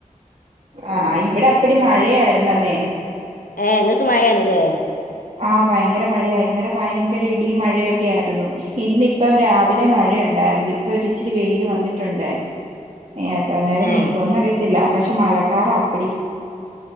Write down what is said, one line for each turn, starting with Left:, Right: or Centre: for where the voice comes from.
Right: ആഹ് ഇവിടെ അപ്പിടി മഴയായ്ര്ന്നന്നെ.
Left: ഏഹ് ഇങ്ങക്ക് മഴേണ്ല്ലേ?
Right: ആഹ് ഭയങ്കര മഴയാ. ഇന്നലെ ഭയങ്കര ഇടിയും മഴയൊക്കെയാര്ന്നു. ഇന്നിപ്പം രാവിലെ മഴയുണ്ടായിര്ന്നു ഇപ്പൊ ഇച്ചിരി വെയ്ല് വന്നിട്ടുണ്ട്. ഏഹ് എത്ര നേരം
Left: ഏ
Right: നിക്കുവെന്ന് അറിയത്തില്ല. പക്ഷേ മഴക്കാറാ അപ്പിടി.